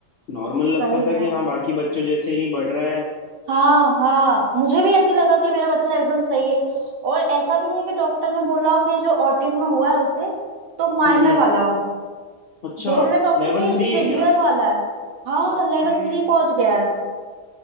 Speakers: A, on the left; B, on the right.
A: नॉर्मल लगता
B: सही में
A: था कि हाँ बाकी बच्चों जैसे ही बढ़ रहा है
B: हाँ हाँ मुझे भी ऐसे लगा कि मेरा बच्चा एकदम सही है और ऐसा भी नहीं कि डॉक्टर ने बोला हो कि जो ऑटिज्म हुआ है उसे तो माइनर
A: हम्म हम्म
B: वाला हो
A: अच्छा
B: बोल रहे डॉक्टर
A: लेवल
B: कि सिवियर
A: थ्री है क्या
B: वाला है हाँ
A: ओके
B: लेवल थ्री पहुंच गया है